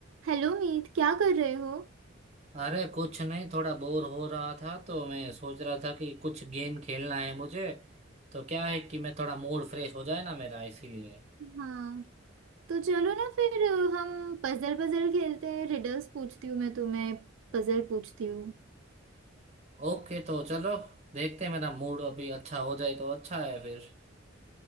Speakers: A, on the right; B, on the right.
A: Hello Meet क्या कर रहे हो
B: अरे कुछ नहीं थोड़ा बोर हो रहा था तो मैं सोच रहा था कि कुछ गेम खेलना है मुझे तो क्या है कि मैं थोड़ा मूड फ्रेश हो जाए ना मेरा इसीलिए
A: हाँ तो चलो ना फिर अ, हम पजल पजल खेलते हैं रिडल्स पूछती हूँ मैं तुम्हें पजल पूछती हूँ
B: ओके तो चलो देखते हैं मेरा मूड अभी अच्छा हो जाए तो अच्छा है फिर